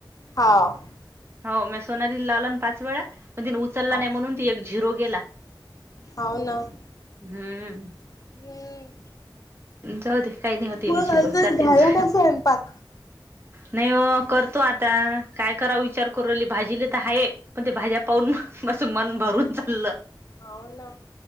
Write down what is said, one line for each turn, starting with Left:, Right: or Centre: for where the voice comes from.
Left: हाव.
Right: हो मी सोनाली लाला ना पाच वेळा पण तिने उचलला
Left: हा
Right: नाही म्हणून ती एक झिरो गेला.
Left: हो ना.
Right: हम्म
Left: हम्म.
Right: जाऊ दे काही नाही होती
Left: मग
Right: एक झिरो.
Left: अजून
Right: जातेच
Left: झाला का स्वयंपाक.
Right: नाही हो करतो आता काय करा विचार करली भाजीला तर आहेाय. मग ते भाज्या पाहून मं मन भरून चाललं.
Left: होव ना.